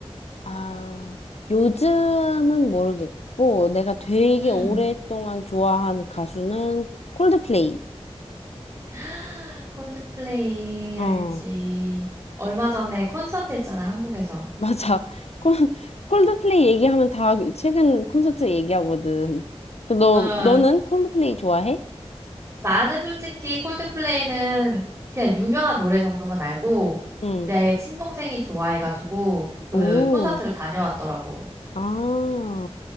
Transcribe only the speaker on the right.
음.
<gasps> 콜드플레이
알지. 얼마 전에 콘서트 했잖아, 한국에서.
어,
나는 솔직히 콜드플레이는 그냥 유명한 노래 정도만 알고
내 친동생이 좋아해가지고 그
콘서트를 다녀왔더라고.